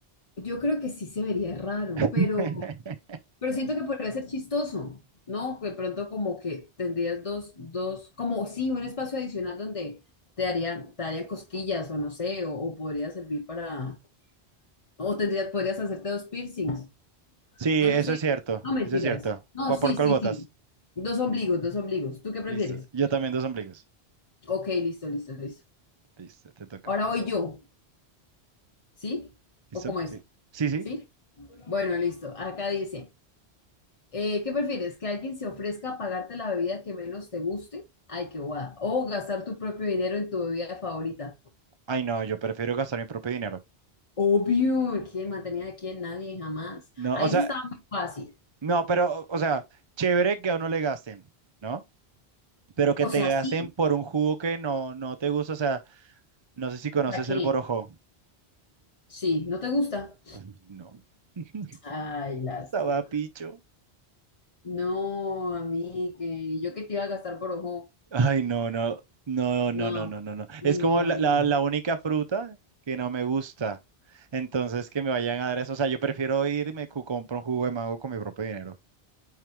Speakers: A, on the left; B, on the right.
A: Yo creo que sí se vería raro,
B: <laughs>
A: pero, pero siento que podría ser chistoso, ¿no? Que de pronto como que tendrías dos, dos, como sí, un espacio adicional donde te harían, te harían cosquillas o no sé, o, o podría servir para, o tendrías, podrías hacerte dos piercings.
B: Sí,
A: No,
B: eso
A: no sé.
B: es cierto,
A: No, mentiras.
B: eso es cierto.
A: No,
B: ¿Cu-
A: sí,
B: ¿Por cuál
A: sí,
B: votas?
A: sí. Dos ombligos, dos ombligos. ¿Tú qué prefieres?
B: Listo. Yo también dos ombligos.
A: Ok, listo, listo, listo.
B: Listo, te toca.
A: Ahora voy yo, ¿sí?
B: ¿Listo?
A: ¿O cómo es?
B: Sí. Sí, sí.
A: ¿Sí? Bueno, listo. Acá dice, eh, ¿qué prefieres? ¿Que alguien se ofrezca a pagarte la bebida que menos te guste? Ay, qué guada. O gastar tu propio dinero en tu bebida favorita.
B: Ay, no, yo prefiero gastar mi propio dinero.
A: Obvio. ¿Quién mantenía de quién? Nadie, jamás.
B: No,
A: Ahí
B: o sea,
A: se estaba muy fácil.
B: no, pero, o sea, chévere que a uno le gasten, ¿no? Pero que
A: O
B: te
A: sea,
B: gasten
A: sí.
B: por un jugo que no, no te gusta. O sea, no sé si conoces
A: ¿Para qué?
B: el borojó.
A: Sí, ¿no te gusta?
B: Ay, No. <laughs>
A: Ay, lástima.
B: Sabapicho.
A: No, a mí que yo que te iba a gastar por ojo.
B: Ay, no, no, no, no,
A: No,
B: no, no, no, no.
A: ni
B: Es
A: modo,
B: como la,
A: ni
B: la,
A: modo.
B: la única fruta que no me gusta. Entonces, que me vayan a dar eso. O sea, yo prefiero irme y compro un jugo de mango con mi propio dinero.